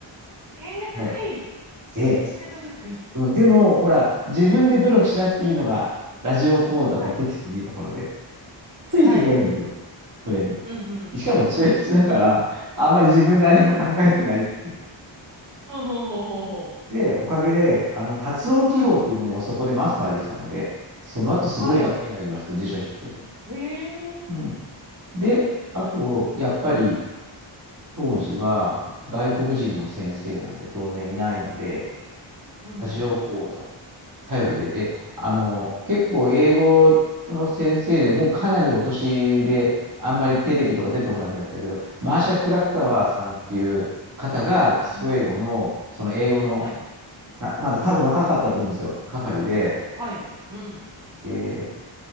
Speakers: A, on the right; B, on the right.
A: えらい地道な努力。
B: そう。で、うん、でも、ほら、自分で努力しなくていいのが、ラジオ講座とテキストのいいところで、
A: はい。
B: ついていけばいいんですよ。
A: はい。
B: それに。
A: うん、うん、うん、
B: しかも中1だから、
A: うん。
B: あんまり自分で何も考えてないっていう。
A: ほうほうほうほうほう。
B: で、おかげで、あの、発音記号というものをそこでマスターできたので、
A: はい。
B: その後すごい楽になりました、
A: はい。
B: 辞書を引くとき。
A: へえ。
B: うん。で、あと、やっぱり、当時は外国人の先生なんて当然いないので、
A: うん、
B: ラジオ講座。
A: うん。
B: 頼りで。で、あの、結構英語の先生でもうかなりお年で、あんまりテレビとか出てこなくなっちゃったけど、マーシャ・クラッカワーさんっていう方が基礎英語の、
A: うん。うん、うん、うん。
B: その英語の、
A: はい。
B: たまだ多分若かったと思うんですよ、係で、
A: はい。うん。
B: で、